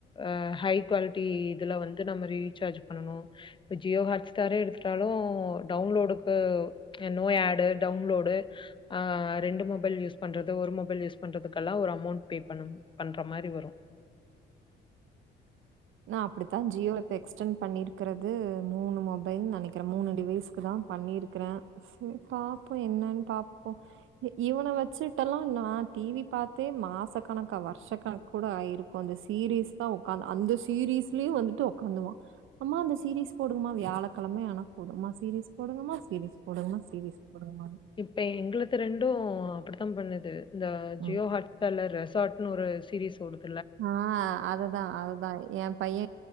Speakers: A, on the left (about 25°); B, on the right (about 80°).
A: அ ஹை குவாலிட்டி இதுல வந்து நம ரீசார்ஜ் பண்ணு இப்ப ஜியோ ஹாட் ஸ்டாரே எடுத்துட்டாலு டவுன்லோடுக்கு நோ ஆட் டவுன்லோடு ஆ ரெண்டு மொபைல் யூஸ் பண்றது ஒரு மொபைல் யுஸ் பண்றதுகெல்ல ஒரு அமௌட் பண்ற மாரி வரும்
B: நா அப்டித்தா ஜியோ இப்ப எக்ஸ்டென் பண்ணிருக்கிறது மூணு மொபைல்னு நெனைக்கிறே மூணு டிவைஸ்க்கு தா பண்ணிருக்கறே செரி பாப்போ என்னன்னு பாப்போ இ இவனை வச்சுட்டெல்லா நா டிவி பாத்தே மாச கணக்கா வருஷ கணக்க கூட ஆயிருக்கும் அந்த சீரீஸ் தா உ்காந்து அந்த சீ சீரீஸ்லயும் வந்துட்டு உட்காந்துவம் அம்மா அந்த சீரீஸ் போடுங்கமா வியாழக்கிழமை ஆனா போடுமா சீரீஸ் போடுங்கமா சீரீஸ் போடுங்க சீரீஸ் போடுங்கமா
A: இப்ப எங்களுக்கு ரெண்டு அப்டித்தா பண்ணுது இந்த ஜியோ
B: ம்.
A: ஹாட் ஸ்டாருல ரெசார்ட் ன்னு ஒரு சீரீஸ் ஓடுது
B: ஆஹ் அதுதா அதுதா எ பைய